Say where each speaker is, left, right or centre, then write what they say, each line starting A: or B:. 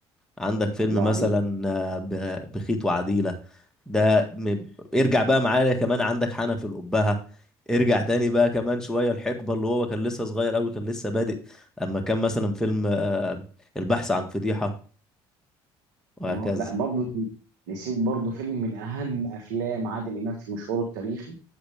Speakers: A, in the centre; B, on the right (about 80°).
A: عندك فيلم
B: الله
A: مثلا
B: عليك
A: آه، ب- بخيت وعديله ده م- ارجع بقى معايا كمان عندك حنف الأبهة ارجع تاني بقى كمان شويه الحقبه اللي هو كان لسه صغير قوي كان لسه بادئ اما كان مثلا فيلم آه، البحث عن فضيحه وهكذا
B: آه، لا برضه نسيت برضه فيلم من اهم افلام عادل امام في مشواره التاريخي